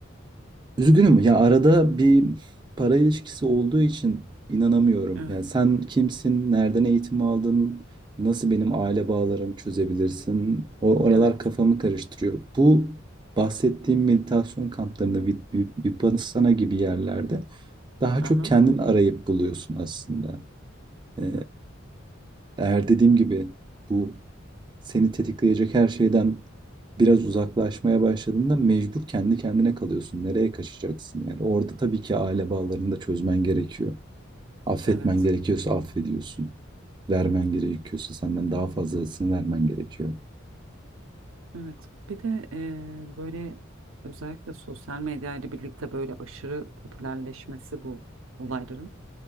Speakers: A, on the right; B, on the right.
A: Üzgünüm ya arada bir para ilişkisi olduğu için inanamıyorum.
B: <laughs>
A: Yani sen
B: Evet,
A: kimsin, nereden eğitim aldın, nasıl benim aile bağlarımı çözebilirsin? O oralar
B: evet,
A: kafamı karıştırıyor. Bu bahsettiğim meditasyon kamplarında, Vip- Vip- Vipassana gibi yerlerde daha
B: aha,
A: çok kendin arayıp buluyorsun aslında. Ee, eğer dediğim gibi bu seni tetikleyecek her şeyden biraz uzaklaşmaya başladığında mecbur kendi kendine kalıyorsun. Nereye kaçacaksın yani? Orada tabii ki aile bağlarını da çözmen gerekiyor. Affetmen
B: evet.
A: gerekiyorsa affediyorsun. Vermen gerekiyorsa senden daha fazlasını vermen gerekiyor.
B: Evet. Bir de eee, böyle özellikle sosyal medya ile birlikte böyle aşırı popülerleşmesi bu olayların.